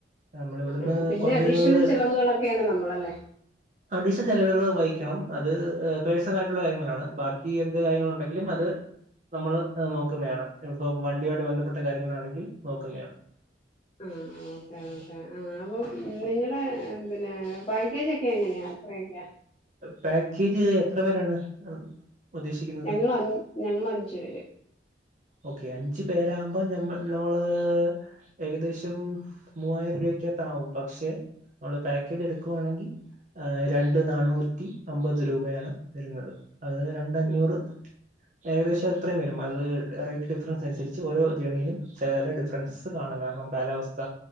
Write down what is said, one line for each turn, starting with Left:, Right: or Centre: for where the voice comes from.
Right: നമ്മൾ ഇവിടുന്ന്
Left: ആ പിന്നെ
Right: കൊണ്ടുവരുന്നത്
Left: അഡീഷണൽ ചെലവുകളൊക്കെയാണ് നമ്മളല്ലേ
Right: അടിശ നൽ ചെലവുകൾ വഹിക്കണം അത് പേഴ്സണൽ ആയിട്ടുള്ള കാര്യങ്ങളാണ് ബാക്കി എന്ത് കാര്യങ്ങളുണ്ടെങ്കിലും അത് നമ്മൾ നോക്കുന്നതാണ് ഇപ്പൊ വണ്ടിയമായിട്ട് ബന്ധപ്പെട്ട കാര്യങ്ങളാണെങ്കിൽ നോക്കുന്നതാണ്
Left: ആ ഓക്കേ ഓ ആ അപ്പം നിങ്ങളുടെ പിന്നെ പാക്കേജ് ഒക്കെ എങ്ങനെയാ എത്രയൊക്കയാ
Right: പാക്കേജ് എത്ര പേരാണ് ഉദ്ദേശിക്കുന്നത്
Left: ഞങ്ങള് അഞ്ച് ഞങ്ങള് അഞ്ചു പേര്
Right: ഓക്കെ അഞ്ചു പേരാകുമ്പോ മ്മ നമ്മള് ഏകദേശം മൂവായിരം രൂപക്കകത്ത് ആവും പക്ഷെ നമ്മള് പാക്കേജ് എടുക്കുവാണെങ്കിൽ രണ്ട് രണ്ട് നാനൂറ്റി അമ്പത് രൂപയാണ് വരുന്നത് അത് രണ്ടഞ്ഞൂറ്
Left: ഉം
Right: ഏകദേശം അത്രയും വരും അത് ഡയറക്റ്റ് ഡിഫറൻസ് അനുസരിച്ച് ഓരോ ജേണിയിലും ചില ചില ഡിഫറൻസസ് കാണും കാരണം കാലാവസ്ഥ